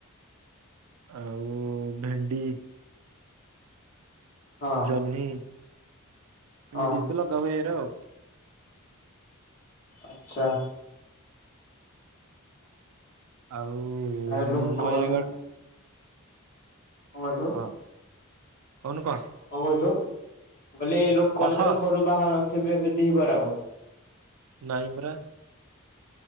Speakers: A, on the right; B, on the left.
A: ଆଉ ଭେଣ୍ଡି
B: ହଁ
A: ଜହ୍ନି
B: ହଁ
A: ଏମିତି ବି ତ ଲଗା ହୁଏ ନା ଆଉ।
B: ଆଛା।
A: ଆଉ
B: ତାହେଲେ ଲୋକମାନେ
A: ନୟାଗଡ଼
B: କଣ କହିଲୁ
A: ହଁ କହୁନୁ କହ।
B: ମୁଁ କହିଲି ଲୋକମାନେ
A: କହ
B: ତାହେଲେ ଘରୁ ବାହାରୁ ନଥିବେ ଦି ପହରେ ଆଉ।
A: ନାଇଁ ପରା।